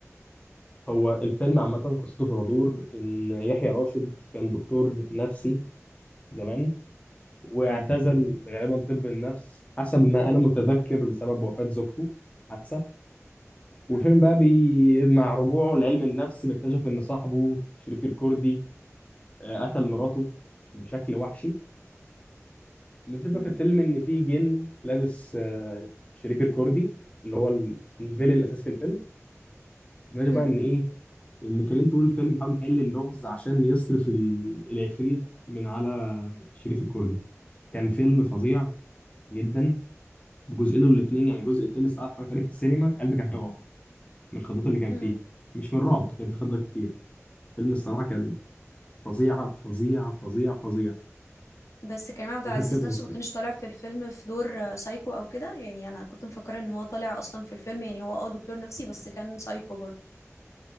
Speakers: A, on the left; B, on the left.
A: هو الفيلم عامة قصته بتدور إن يحيى راشد كان دكتور نفسي زمان واعتزل
B: مم.
A: غالبا طب النفس حسب ما أنا متذكر بسبب وفاة زوجته حادثة والفيلم
B: مم.
A: بقى بي... مع رجوعه لعلم النفس بيكتشف إن صاحبه شريف الكردي آه، قتل مراته بشكل وحشي بنكتشف بقى
B: مم.
A: في الفيلم إن في جن لابس آه، شريف الكردي اللي هو ال- الفيلن الأساسي في الفيلم بنكتشف
B: مم.
A: بقى إن إيه ان كريم طول الفيلم بيحاول يحل اللغز عشان يصرف ال- العفريت من على شريف الكردي كان فيلم فظيع جدا بجزئين الاتنين يعني الجزء التاني الصراحه اتفرجت عليه في السينما قلبي كان هيقف من الخضات اللي كان
B: مم.
A: فيه مش من الرعب كان في خضات كتير فيلم الصراحه كان فظيع فظيع فظيع فظيع
B: بس كريم عبد
A: وهكذا
B: العزيز نفسه ما كانش طالع في الفيلم في دور آه، سايكو او كده يعني انا كنت مفكرة ان هو طالع اصلا في الفيلم يعني هو اه دكتور نفسي بس كان سايكو برضه